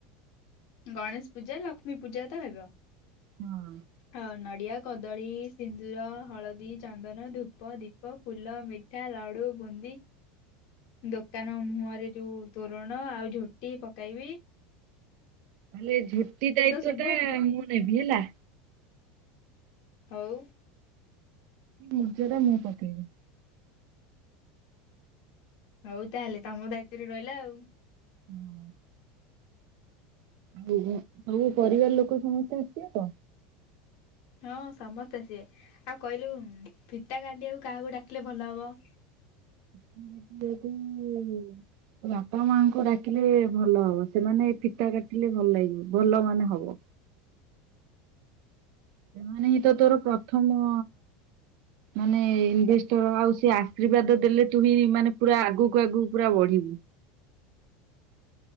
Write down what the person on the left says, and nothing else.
ଗଣେଶ ପୂଜା, ଲକ୍ଷ୍ମୀ ପୂଜା ତ ହେବ।
ହଁ ନଡ଼ିଆ, କଦଳୀ, ସିନ୍ଦୁର, ହଳଦୀ, ଚନ୍ଦନ, ଧୂପ, ଦୀପ ଫୁଲ ମିଠା ଉ ଲଡ଼ୁ, ବୁନ୍ଦୀ ଦୋକାନ ମୁହଁରେ ଯୋଉ ତୋରଣ ଆଉ ଝୋଟି ପକେଇବି।
ଶୁଭ
ଆଉ
ହଉ।
ହଉ ତାହେଲେ ତମ ଦାୟିତ୍ୱରେ ରହିଲା ଆଉ।
ହଁ ସମସ୍ତେ ସିଏ ଆଉ କହିଲୁ ଫିତା କାଡିଆକୁ କାହାକୁ ଡାକିଲେ ଭଲ ହବ।